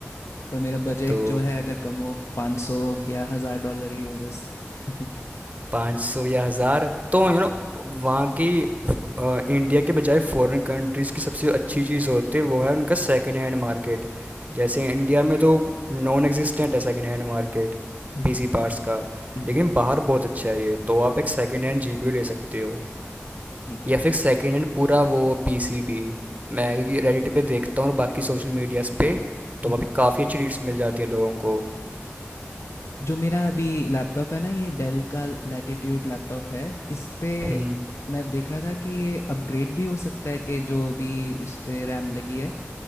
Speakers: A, on the left; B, on the right.
A: पर मेरा बजट
B: तो
A: जो है अगर कम हो 500 या हज़ार डॉलर ही हो बस <laughs>
B: पाँच सौ या हज़ार तो यू नो वहाँ की अ, इंडिया के बजाय फॉरेन कंट्रीज़ की सबसे अच्छी चीज़ होती है वो है उनका सेकंड हैंड मार्केट जैसे इंडिया में तो नॉन एग्जिस्टेंट है second hand market
A: हम्म
B: PC parts का
A: हम्म
B: लेकिन बाहर बहुत अच्छा है ये तो आप एक सेकंड हैंड जीपीयू ले सकते हो
A: ठीक है
B: या फिर सेकंड हैंड पूरा वो पीसीबी मैं क्योंकि रेडिट पे देखता हूँ और बाकी सोशल मीडियाज़ पे तो
A: हम्म
B: वहाँ पे काफ़ी अच्छी डील्स मिल जाती हैं लोगों को
A: जो मेरा अभी लैपटॉप है ना ये डेल का लैटिट्यूड लैपटॉप है इस पे
B: हम्म
A: मैं देख रहा था कि ये अपग्रेड भी हो सकता है कि जो अभी उस पे रैम लगी है